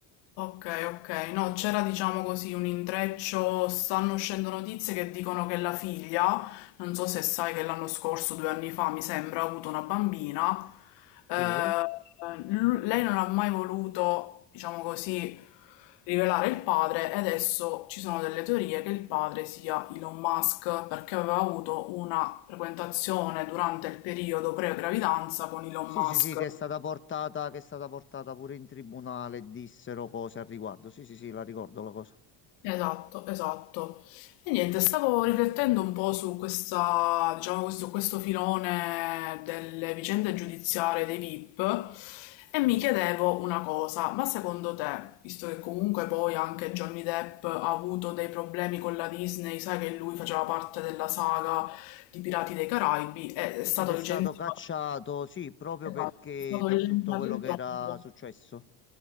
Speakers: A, on the left; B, on the left.
A: Ok, ok, no, c'era diciamo così un intreccio, stanno uscendo notizie che dicono che la figlia, non so se sai che l'anno scorso, due anni fa mi sembra, ha avuto una bambina, eh,
B: Sì, eh?
A: lu- lei non ha mai voluto, diciamo così, rivelare il padre e adesso ci sono delle teorie che il padre sia Elon Musk perché aveva avuto una frequentazione durante il periodo pre-gravidanza con Elon
B: sì,
A: Musk.
B: sì, sì, che è stata portata, che è stata portata pure in tribunale, dissero cose al riguardo. Sì, sì, sì, la ricordo la cosa.
A: Esatto, esatto. E niente, stavo riflettendo un po' su questa, diciamo, questo, questo filone delle vicende giudiziarie dei VIP e mi chiedevo una cosa, ma secondo te, visto che comunque poi anche Johnny Depp ha avuto dei problemi con la Disney, sai che lui faceva parte della saga di Pirati dei Caraibi, è, è stato
B: Ed è stato
A: licenziato,
B: cacciato, sì, proprio
A: esatto,
B: perché
A: è stato
B: per
A: licenziato
B: tutto quello
A: in
B: che
A: troppo.
B: era successo.